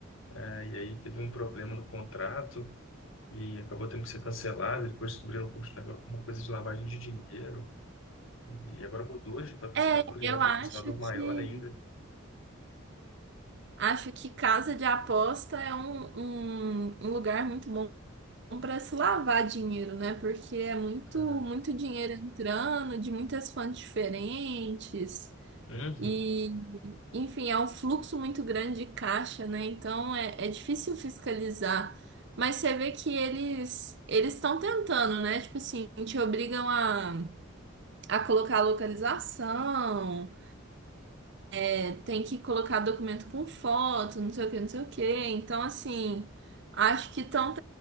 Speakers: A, on the left; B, on the right.
A: É, e aí teve um problema no contrato e acabou tendo que ser cancelado. Depois descobriram um curso de nego- uma coisa de lavagem de dinheiro. E agora mudou de patrocinador
B: É, eu
A: e é um
B: acho
A: patrocinador maior
B: que
A: ainda.
B: acho que casa de aposta é um, um, um lugar muito bom para se lavar dinheiro, né? Porque é muito
A: É,
B: muito dinheiro entrando de muitas fontes diferentes.
A: uhum.
B: E, enfim, é um fluxo muito grande de caixa, né? Então é, é difícil fiscalizar. Mas você vê que eles eles estão tentando, né? Tipo assim, te obrigam a, a colocar a localização, é, tem que colocar documento com foto, não sei o que, não sei o que. Então, assim, acho que estão